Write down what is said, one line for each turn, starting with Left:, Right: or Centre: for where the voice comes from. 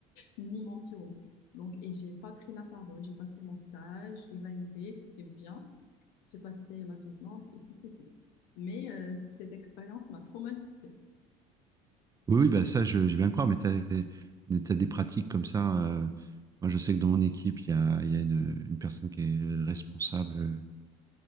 Left: ni mon pyro. Donc, et j'ai pas pris la parole. J'ai passé mon stage, j'ai validé, c'était bien. J'ai passé ma soutenance et puis c'est tout. Mais euh, cette expérience m'a traumatisée.
Right: Oui, oui, bah ça, je, je bien croire, mais tu as, des pratiques comme ça. euh, moi, je sais que dans mon équipe, il y a, il y a une, une personne qui est responsable,